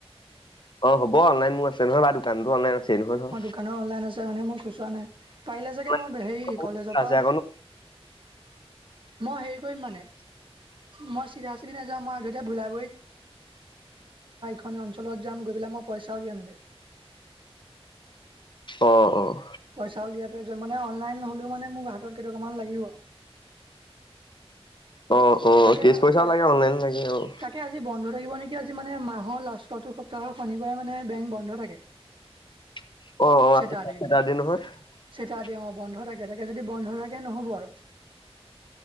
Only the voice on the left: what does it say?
অ হ'ব অনলাইন মোৰ আছে নহয় ব দোকানতো অনলাইন আছেই
নহয় ধৰ
অনলাইনত
বহুত
সুবিধা আছে
আকৌ ন
অহ অহ।
অ', অ',
কেচ পইচাও
লাগে অনলাইন লাগে অ',
অ অ
অ <unintelligible>